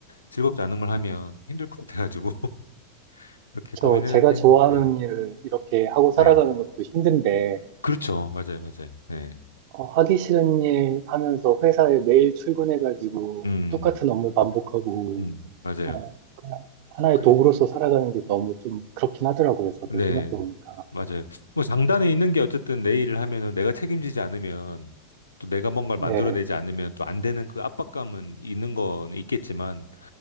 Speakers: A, on the left; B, on the right.
A: 즐겁지 않은 걸 하면 힘들 것 같아가지고, <laughs> 이렇게
B: 그쵸.
A: 고민했는데,
B: 제가 좋아하는
A: 예,
B: 일을 이렇게 하고 살아가는
A: 네.
B: 것도 힘든데,
A: 그렇죠. 맞아요, 맞아요. 네.
B: 어, 하기 싫은 일 하면서 회사에 매일 출근해가지고
A: 음,
B: 똑같은 업무 반복하고,
A: 음, 맞아요.
B: 어, 그냥 하나의
A: 그게
B: 도구로서 살아가는 게 너무 좀 그렇긴 하더라고요. 저도
A: 네,
B: 생각해보니까.
A: 맞아요. 뭐 장단에 있는 게 어쨌든 내 일을 하면은 내가 책임지지 않으면 또 내가 뭔가를
B: 네,
A: 만들어내지 않으면 또 안 되는 그 압박감은 있는 건 있겠지만